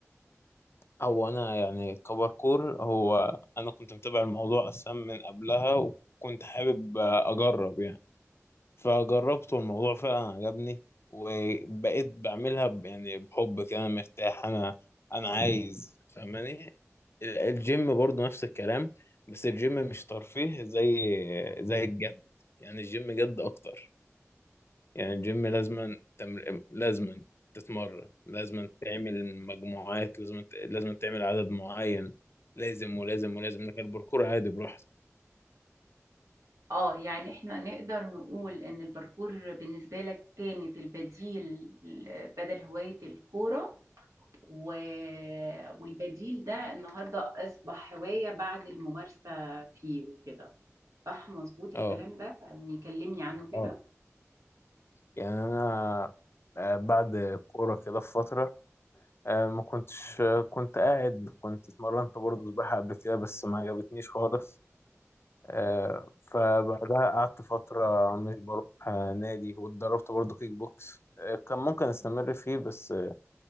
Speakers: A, on the left (about 50°); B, on the right (about 80°).
A: هو انا يعني كباركور هو انا كنت متابع الموضوع اصلا من قبلها وكنت حابب اجرب يعني فجربت والموضوع فعلا عجبني وبقيت بعملها ب- يعني بحب كده انا مرتاح انا انا عايز فاهماني ال- الجيم برضه نفس الكلام بس الجيم مش ترفيه زي زي الجد يعني الجيم جد اكتر يعني الجيم لازما تمر... لازما تتمرن لازما تعمل مجموعات لازما ت... لازما تعمل عدد معين لازم ولازم ولازم لكن الباركور عادي براحتك
B: اه يعني احنا نقدر نقول ان الباركور بالنسبة لك كانت البديل بدل هواية الكورة و... والبديل ده النهاردة اصبح هواية بعد الممارسة فيه وكده صح مظبوط الكلام
A: اه
B: ده يعني كلمني عنه كده
A: اه يعني انا آه، بعد الكوره كده في فتره آه، ما كنتش آه، كنت قاعد كنت اتمرنت برضه سباحه قبل كده بس ما عجبتنيش خالص آه، فبعدها قعدت فتره مش بروح آه، نادي واتدربت برضه كيك بوكس آه، كان ممكن استمر فيه بس